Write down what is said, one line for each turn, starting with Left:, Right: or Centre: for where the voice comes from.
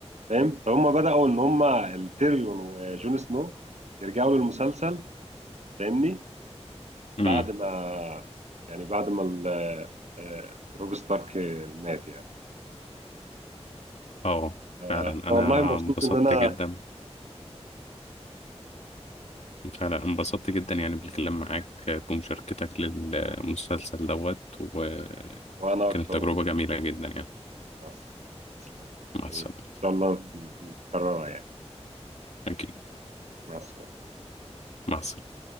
Right: فاهم فهم بدأوا ان هم التيريون وجون سنو يرجعوا للمسلسل فاهمني
Left: امم
Right: بعد ما يعني بعد ما ال- آه، آه، روب ستارك مات يعني
Left: اه
Right: آه،
Left: فعلا انا
Right: والله مبسوط
Left: انبسطت
Right: ان انا
Left: جدا فعلا انبسطت جدا يعني بالكلام معاك بمشاركتك للمسلسل دوت وكانت
Right: وانا اكتر
Left: تجربة
Right: والله
Left: جميلة جدا يعني
Right: مع السلامة تسلم
Left: مع السلامة
Right: حبيبي إن شاء الله تكررها يعني
Left: اكيد
Right: مع السلامة
Left: مع السلامة